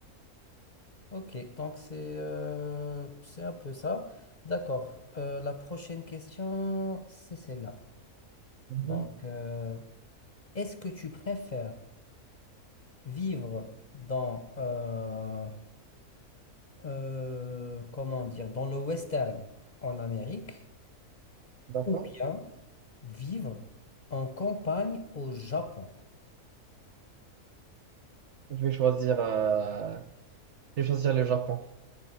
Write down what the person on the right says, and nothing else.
Mhm.
D'accord.
Je vais choisir, euh, je vais choisir le Japon.